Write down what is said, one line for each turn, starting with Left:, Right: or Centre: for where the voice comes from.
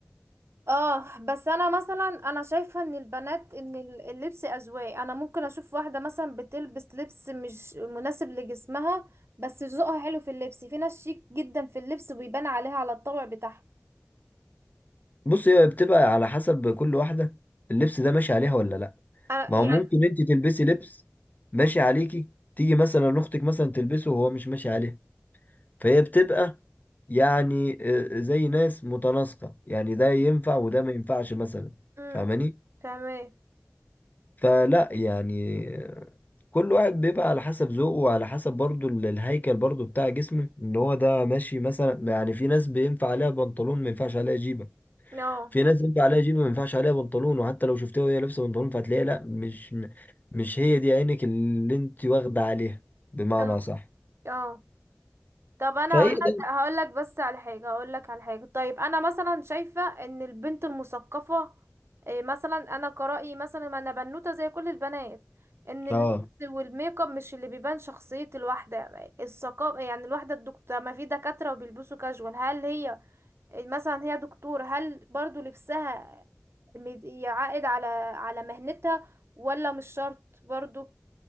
Right: اه بس انا مثلا انا شايفه ان البنات ان ال- اللبس اذواق انا ممكن اشوف واحده مثلا بتلبس لبس مش مناسب لجسمها بس ذوقها حلو في اللبس في ناس شيك جدا في اللبس وبيبان عليها على الطبع بتاعها
Left: بص هي بتبقى على حسب كل واحده اللبس ده ماشي عليها ولا لا
Right: انا
Left: ما
Right: يعني
Left: هو ممكن انت تلبسي لبس ماشي عليكي تيجي مثلا اختك مثلا تلبسه وهو مش ماشي عليه فهي بتبقى يعني آه، زي ناس متناسقة يعني ده ينفع وده ما ينفعش مثلا
Right: امم
Left: فاهماني
Right: تمام
Left: فلا يعني آه، كل واحد بيبقى على حسب ذوقه وعلى حسب برضو ال- الهيكل برضو بتاع جسمه ان هو ده ماشي مثلا يعني في ناس بينفع عليها بنطلون ما ينفعش عليها جيبة
Right: اه
Left: في ناس ينفع عليها جيبة ما ينفعش عليها بنطلون وحتى لو شفتها وهي لابسة بنطلون فهتلاقيها لا مش م- مش هي دي عينك اللي انت واخدة عليها بمعنى
Right: اه
Left: صح
Right: اه طب انا
Left: فهي
Right: هقول
Left: ده
Right: لك هقول لك بس على حاجه هقول لك على حاجه طيب انا مثلا شايفه ان البنت المثقفه إيه مثلا انا كرأيي مثلا ما انا بنوته زي كل البنات ان اللبس
Left: اه
Right: والميك اب مش اللي بيبان شخصيه الواحده الثقافه يعني الواحده الدكتوره ما في دكاتره وبيلبسوا كاجوال هل هي إيه مثلا هي دكتوره هل برضو لبسها مد- يعائد على على مهنتها ولا مش شرط برضو